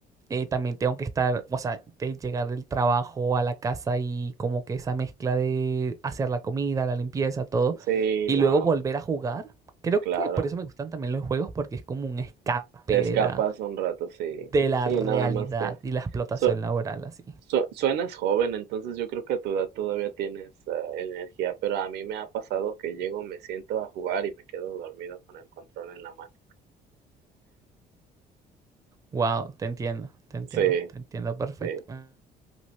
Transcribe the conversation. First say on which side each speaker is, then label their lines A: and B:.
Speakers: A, on the right (about 20°); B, on the right (about 75°).
A: eh, también tengo que estar, o sea, de llegar del trabajo a la casa y como que esa mezcla de hacer la comida, la limpieza, todo,
B: sí,
A: y
B: no,
A: luego volver a jugar. Creo
B: claro,
A: que por eso me gustan también los juegos, porque es como un escape
B: te escapas
A: de la,
B: un rato, sí,
A: de la
B: sí,
A: realidad
B: nada más que,
A: y la explotación
B: so-
A: laboral así.
B: Su- Suenas joven, entonces yo creo que a tu edad todavía tienes ah, energía, pero a mí me ha pasado que llego, me siento a jugar y me quedo dormido con el control en la mano.
A: Wow, te entiendo, te entiendo,
B: Sí,
A: te entiendo perfectamente.
B: sí.